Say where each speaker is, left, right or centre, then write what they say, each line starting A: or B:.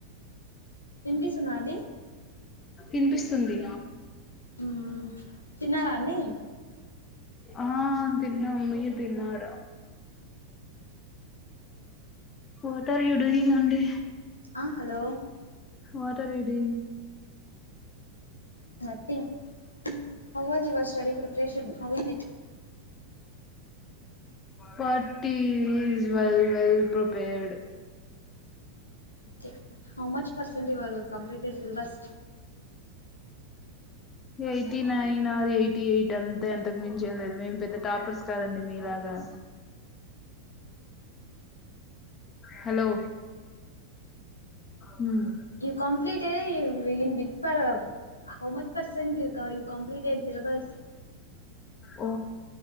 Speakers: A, on the left (about 80°); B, on the left (about 25°).
A: వినిపిస్తుందా అండి
B: ఇన్ పిస్తుంది
A: మ్ తిన్నారా అండి
B: ఆ తిన్నం మీరు తిన్నార వాట్ ఆర్ యూ డూయింగ్ అండి
A: ఆ hello
B: what are you doing
A: nothing how was your study preparation how is it
B: what is well well prepared
A: okay how much percent your completed syllabus
B: eighty nine or eighty eight అంతే ఎంతకు మించి ఏం లేదు మేం పె ద్ద toppers కాదండి మీలాగా hello um
A: you complete <unintelligible> how much percent you you కంప్లీటె syllabus
B: oh